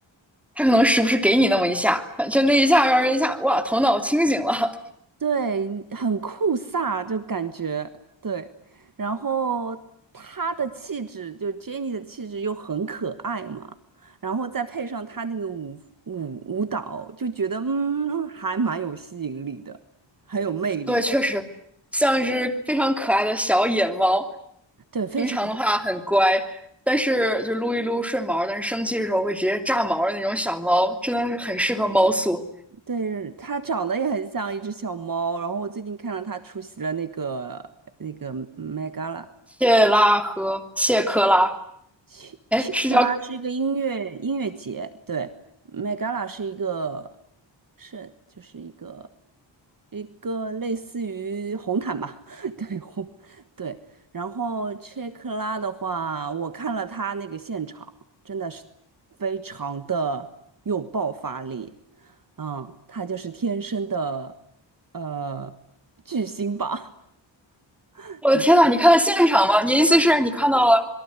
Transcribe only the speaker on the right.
对，很酷飒，就感觉对，然后她的气质，就 Jennie 的气质又很可爱嘛。然后再配上她那个舞舞舞蹈，就觉得嗯，还蛮有吸引力的，很有魅力。
对，非常。
对，它长得也很像一只小猫，然后我最近看到它出席了那个那个 Met Gala，
切切克拉是一个音乐音乐节，
对 m e 拉是一个是就是一个一个类似于红毯吧，<laughs> 对红对。然后切克拉的话，我看了他那个现场，真的是非常的有爆发力，嗯，他就是天生的呃巨星吧。<laughs>